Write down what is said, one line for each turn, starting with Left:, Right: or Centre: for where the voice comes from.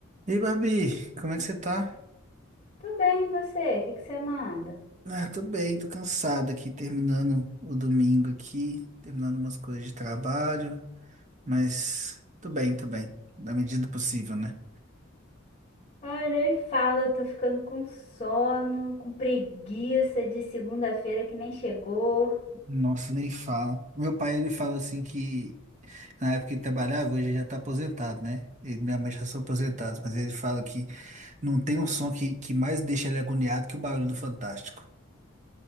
Right: Ei, Babi, como é que você tá?
Left: Tudo bem, e você? O que que você manda?
Right: Ah, tô bem, tô cansado aqui, terminando o domingo aqui, terminando umas coisas de trabalho, mas tô bem, tô bem, na medida do possível, né?
Left: Ai, nem fala, eu tô ficando com sono, com preguiça de segunda-feira que nem chegou.
Right: Nossa, nem fala. O meu pai, ele fala assim que na época que ele trabalhava, hoje ele já tá aposentado, né? Ele e minha mãe já são aposentados, mas ele fala que não tem um som que, que mais deixa ele agoniado que o barulho do Fantástico.